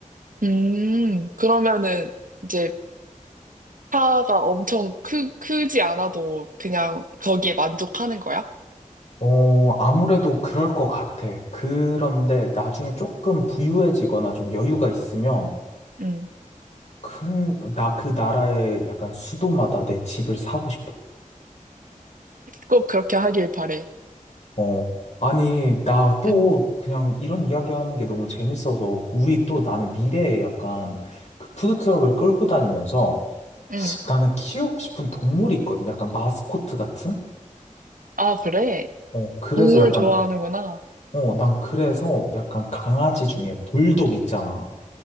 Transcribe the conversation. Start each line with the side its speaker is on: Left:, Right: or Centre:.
Right: 음, 그러면은 이제 차가 엄청 크, 크지 않아도 그냥 거기에 만족하는 거야?
Left: 어, 아무래도 그럴 것 같아. 그런데 나중에 조금 부유해지거나 좀 여유가 있으면
Right: 음,
Left: 큰, 나 그 나라의 약간 수도마다 내 집을 사고 싶어.
Right: 꼭 그렇게 하길 바래.
Left: 어, 아니, 나 또
Right: 음,
Left: 그냥 이런 이야기 하는 게 너무 재밌어서 우리 또 나는 미래에 약간 그 푸드트럭을 끌고 다니면서
Right: 음.
Left: 나는 키우고 싶은 동물이 있거든. 약간 마스코트 같은?
Right: 아, 그래?
Left: 어, 그래서
Right: 동물
Left: 약간,
Right: 좋아하는구나.
Left: 어, 난 그래서 약간 강아지 중에 불독 있잖아.